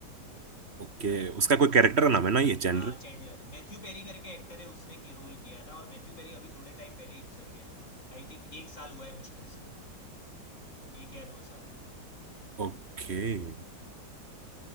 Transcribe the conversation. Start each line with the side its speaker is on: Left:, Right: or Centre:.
Right: ओके उसका कोई कैरेक्टर का नाम है ना ये
Left: हाँ
Right: जनरल
Left: चैंडलर मैथ्यू पेरी करके एक्टर है उसने की रोल किया था और मैथ्यू पेरी अभी थोड़े टाइम पहले ही गुजर गया आई थिंक एक साल हुआ है मुश्किल से एक या दो साल
Right: ओके